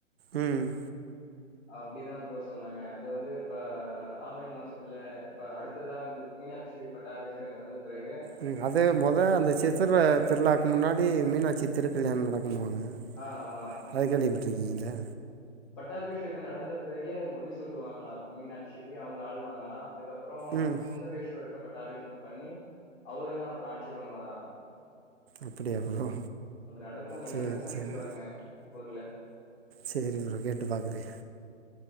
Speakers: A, on the right; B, on the left.
A: ம்
B: அப்படிதா ப்ரோ சொன்னாங்க அது வந்து இப்ப ஆவணி மாசத்துல இப்ப அடுத்ததா வந்து மீனாட்சி பட்டாபிஷேகம் நடந்த பெறகு
A: ம் அதே மொத அந்த சித் திர திருவிழாவுக்கு முன்னாடி மீனாட்சி திருக்கல்யாணோ நடக்கனுவாங்க
B: ஆ ஆமா.
A: அது கேள்வி பட்டுருக்கீங்களா
B: பட்டாபிஷேகம் நடந்த பெறகே அ முடி சூட்டு வாங்கலா மீனாட்சிக்கு அவுங்க ஆழ் வாங்கலா அதுக்கப் அப்றோ
A: ம்
B: சுந்தரேஸ்வர்க்க பட்ட அபிஷேகம் பண்ணி அவருதா அப்புறோ ஆட்சி பண்ணுவாரா
A: அப்டியா ப்ரோ
B: நடக்கும். நீங்க
A: சேரி
B: வேணா விசாரிச்சு
A: சேரி
B: பாருங்க ஊர்ல.
A: சேரி ப்ரோ கேட்டு பாக்குறே